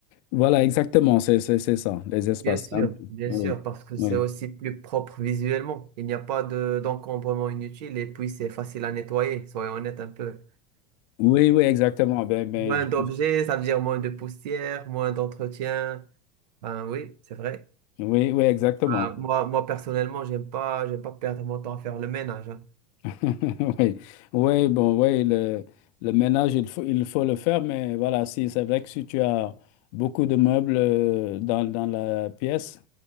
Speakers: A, on the left; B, on the right.
A: Voilà, exactement, c'est c'est- c'est ça, les espaces
B: Bien sûr,
A: simples.
B: bien
A: Oui,
B: sûr, parce que c'est
A: oui.
B: aussi plus propre visuellement. Il n'y a pas de d'encombrement inutile et puis c'est facile à nettoyer, soyons honnêtes un peu.
A: Oui, oui, exactement. Ben, ben,
B: Moins d'objets,
A: je-
B: ça veut dire moins de poussière, moins d'entretien. Ben oui, c'est vrai.
A: Oui, oui, exactement.
B: Ben, moi, moi personnellement, j'aime pas, j'aime pas perdre mon temps à faire le ménage. hein.
A: <laughs> Oui, oui, bon, oui, le, le ménage, il faut, il faut le faire, mais voilà, si, c'est vrai que si tu as beaucoup de meubles euh, dans, dans la pièce,